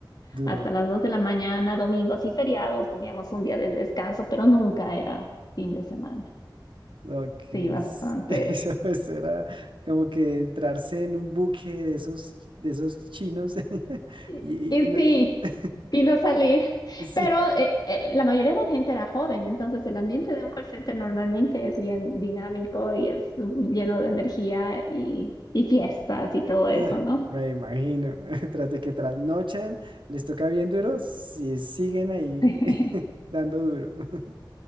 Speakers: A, on the right; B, on the left.
A: duro.
B: hasta las 2 de la mañana, domingos y feriados. Teníamos un día de descanso, pero nunca era fin de semana.
A: Ok,
B: Sí,
A: es-
B: bastante.
A: <laughs> eso, eso era como que entrarse en un buque de esos, de esos chinos. <laughs>
B: Y,
A: Y, y-
B: y
A: y no-
B: sí,
A: <laughs>
B: y no salí.
A: sí,
B: Pero eh, eh, la mayoría de la gente era joven, entonces el ambiente de un call center normalmente es bien dinámico y es mm, lleno de energía y, y fiestas y todo eso,
A: ah,
B: ¿no?
A: me imagino. <laughs> Tras de que trasnochan, les toca bien duro, si siguen ahí
B: <laughs>
A: <laughs> dando duro. <laughs>